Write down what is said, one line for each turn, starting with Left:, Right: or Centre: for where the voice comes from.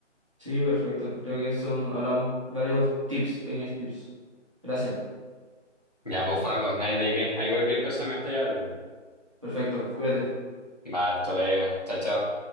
Right: Sí, perfecto. Creo que son, hablamos varios tips, pequeños tips. Gracias.
Left: Ya, pues, Juaco, no hay de qué. Hay cualquier cosa me estáis hablando.
Right: Perfecto, cuídate.
Left: Vale, hasta luego. Chao, chao.